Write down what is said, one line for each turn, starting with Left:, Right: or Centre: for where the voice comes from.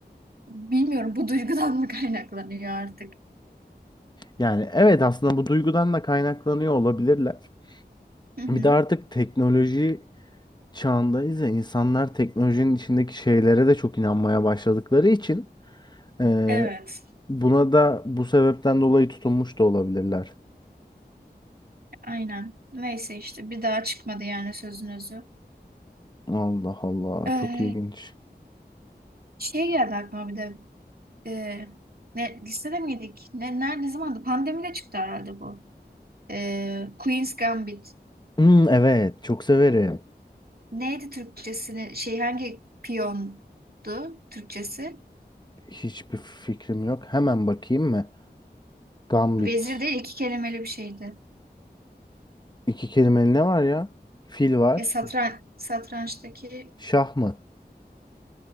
Right: Bilmiyorum bu duygudan mı <laughs> kaynaklanıyor artık.
Left: Yani evet aslında bu duygudan da kaynaklanıyor olabilirler.
Right: Hı hı.
Left: Bir de artık teknoloji çağındayız ya insanlar teknolojinin içindeki şeylere de çok inanmaya başladıkları için e,
Right: Evet.
Left: buna da bu sebepten dolayı tutunmuş da olabilirler.
Right: Aynen. Neyse işte bir daha çıkmadı yani sözün özü.
Left: Allah Allah
Right: Ee,
Left: çok ilginç.
Right: şey geldi aklıma bir de ee, ne, listede miydik? Ne, nerede, ne zamandı? Pandemide çıktı herhalde bu. Ee, Queen's Gambit.
Left: Hmm, evet çok severim.
Right: Neydi Türkçesini? Şey hangi piyondu Türkçesi?
Left: Hiçbir fikrim yok. Hemen bakayım mı? Gambit.
Right: Vezir değil iki kelimeli bir şeydi.
Left: İki kelimeli ne var ya? Fil var.
Right: Ya satran, satrançtaki
Left: Şah mı?